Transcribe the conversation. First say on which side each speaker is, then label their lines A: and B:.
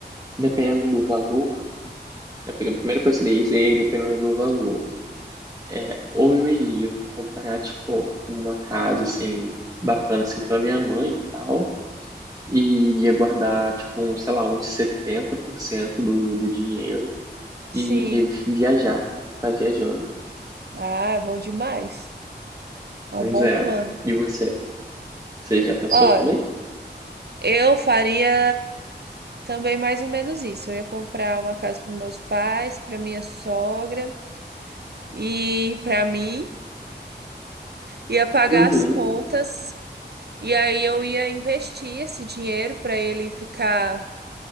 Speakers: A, on the right; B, on the right.
A: dependendo do valor, a pri- a primeira coisa seria isso, e aí dependendo do valor. É, ou eu iria comprar, tipo, uma casa, assim, bacana, assim, pra minha mãe e tal, e iria guardar, tipo, um, sei lá, uns 70% do, do dinheiro
B: Sim.
A: e iria viajar, ficar viajando.
B: Ah, é bom demais. É
A: Pois
B: um bom
A: é.
B: plano.
A: E você? Você já pensou
B: Ó,
A: também?
B: Eu faria também mais ou menos isso. Eu ia comprar uma casa para meus pais, para minha sogra e para mim, ia pagar
A: Uhum,
B: as contas e aí eu ia investir esse dinheiro para ele ficar,